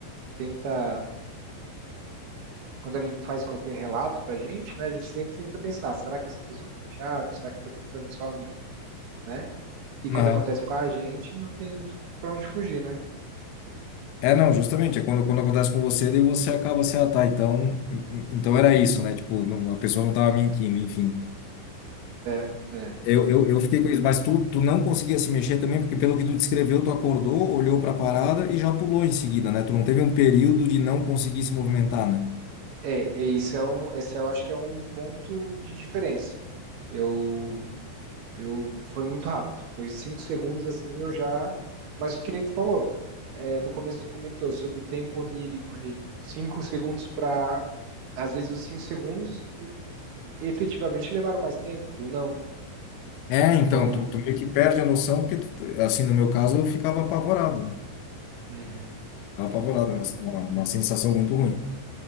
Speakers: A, on the right; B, on the left.
A: tenta, quando alguém faz qualquer relato pra gente, né? A gente sempre tenta pensar, será que essa pessoa é confiável? Será que tá tentando só me, né? E quando
B: Aham.
A: acontece com a gente, não tem muito pra onde fugir, né?
B: É, não, justamente. É quando, quando acontece com você, daí você acaba assim, ah, tá, então, então era isso, né? Tipo, não- a pessoa não tava mentindo, enfim.
A: É, é.
B: Eu, eu, eu fiquei com isso, mas tu, tu não conseguia se mexer também, porque pelo que tu descreveu, tu acordou, olhou pra parada e já pulou em seguida, né? Tu não teve um período de não conseguir se movimentar, né?
A: É, é isso é um, esse eu acho que é um ponto de diferença. Eu, eu foi muito rápido, foi cinco segundos assim, eu já. Mas o que nem tu falou, é, no começo tu comentou sobre o tempo onírico ali, cinco segundos para, às vezes os cinco segundos efetivamente levaram mais tempo ou não.
B: É,
A: Então,
B: então, tu, tu meio que perde a noção, porque, tu- tu- assim, no meu caso, eu ficava apavorado, né?
A: uhum,
B: Ficava
A: que
B: apavorado,
A: loucura.
B: uma, uma, uma sensação muito ruim.